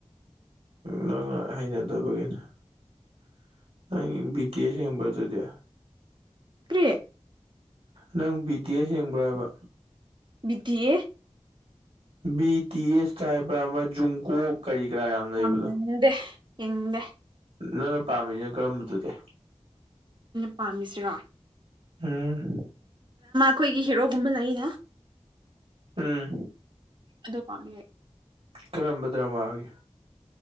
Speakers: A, on the right (about 70°); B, on the right (about 45°).
A: ꯅꯪꯅ ꯍꯩꯅꯗꯕꯒꯤꯅꯦ <unintelligible> ꯕꯤ ꯇꯤ ꯑꯦꯁ ꯌꯦꯡꯕ꯭ꯔ ꯑꯗꯨꯗꯤ
B: ꯀ꯭ꯔꯤ
A: ꯅꯪ ꯕꯤ ꯇꯤ ꯑꯦꯁ ꯌꯦꯡꯕ꯭ꯔ ꯍꯥꯏꯕ
B: ꯕꯤ ꯇꯤ ꯌꯦ
A: ꯕꯤ ꯇꯤ ꯑꯦꯁ <unintelligible> ꯑꯃ ꯖꯨꯡꯀꫭꯛ ꯀꯔꯤ ꯀꯔꯥ ꯌꯥꯝ ꯂꯩꯕꯗꯣ
B: <unintelligible> ꯌꯦꯡꯅꯤꯡꯗꯦ
A: ꯅꯪꯅ ꯄꯥꯝꯃꯤꯅ ꯀꯔꯝꯕ ꯗꯨꯗꯤ
B: ꯄꯥꯝꯃꯤꯁꯤꯔꫭ
A: ꯎꯝ
B: ꯈꯣꯏꯒꯤ ꯍꯦꯔꯣꯒꯨꯝꯕ ꯂꯩꯅ
A: ꯎꯝ
B: ꯑꯗꯨ ꯄꯥꯝꯃꯦ ꯑꯩ
A: ꯀꯔꯝꯕ ꯗ꯭ꯔꯃꯥꯒꯤ